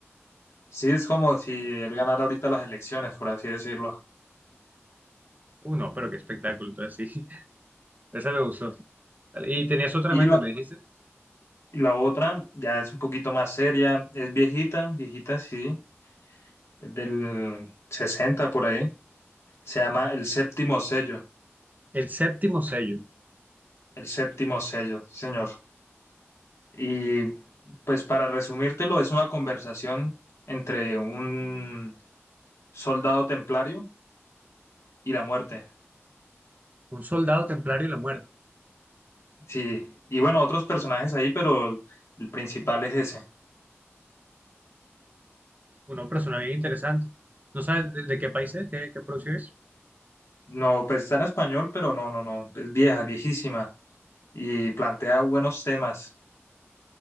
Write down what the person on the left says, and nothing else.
Sí, es como si él ganara ahorita las elecciones, por así decirlo.
Y
la,
y la otra ya es un poquito más seria, es viejita, viejita, sí, es del 60 por ahí. Se llama El Séptimo Sello.
El séptimo sello, sí, señor. Y pues para resumírtelo, es una conversación entre un soldado templario y la muerte.
Sí, y bueno, otros personajes ahí, pero el el principal es ese.
No, pues está en español, pero no, no, no, es vieja, viejísima y plantea buenos temas.